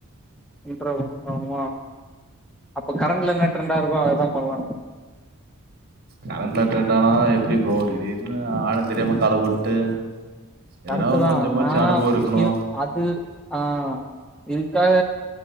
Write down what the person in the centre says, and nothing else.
இண்ட்ரோவு பண்லா ஆமா அப்ப கரண்ட்ல என்னா ட்ரெண்டா இருக்கோ அததா பண்லா
கரெக்ட் தா
நா
இது அது ஆ இதுக்காக